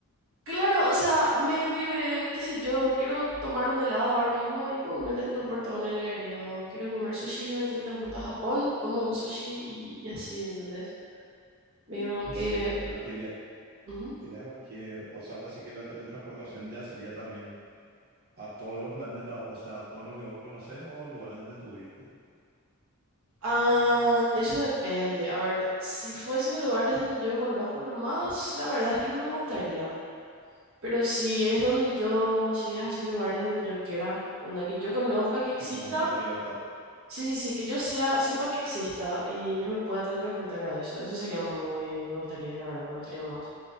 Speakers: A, on the right; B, on the right.
A: Claro, o sea, medio que, qué sé yo, quiero tomar un helado ahora mismo y pum, me teletransporto a una heladería. O quiero comer sushi y me teletransporto a Japón, como un sushi y, y así, ¿entendés? Medio que...
B: Sí, te lo diría,
A: ujú.
B: diría cualquier. O sea, vos sí que la teletransportación ya sería también a todos los planetas, o sea, a todos los que vos conocés o lugares donde estuviste.
A: Ah, eso depende. A ver, si fuesen lugares donde yo conozco nomás, la verdad es que no me gustaría. Pero si es donde yo, si es así lugares donde yo quiera, donde que yo conozca que exista.
B: Sí, con completa libertad.
A: Sí, sí, sí, que yo sea, sepa que exista y yo me pueda teletransportar a eso. Eso sería muy, me gustaría, la verdad, me gustaría más.